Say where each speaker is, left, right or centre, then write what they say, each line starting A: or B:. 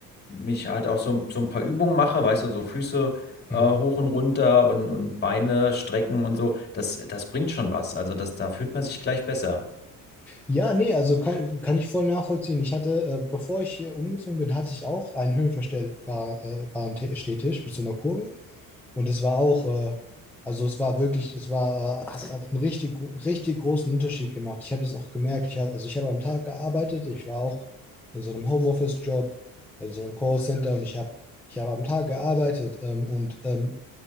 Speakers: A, on the left; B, in the centre.
A: mich halt auch so, so ein paar Übungen mache, weißt du, so Füße äh,
B: Mhm.
A: hoch und runter und, und Beine strecken und so, das, das bringt schon was. Also das, da fühlt man sich gleich besser.
B: Ja, nee, also kann, kann ich voll nachvollziehen. Ich hatte, äh, bevor ich hier umgezogen bin, hatte ich auch einen höhenverstellbaren äh, baren Te- Stehtisch mit so einer Kurbel. Und es war auch, äh, also es war wirklich, es war, äh, hat, hat einen richtig, gro- richtig großen Unterschied gemacht. Ich habe das auch gemerkt. Ich hab, also ich habe am Tag gearbeitet, ich war auch in so einem Homeoffice-Job, in so einem Callcenter und ich habe ich habe am Tag gearbeitet ähm, und ähm,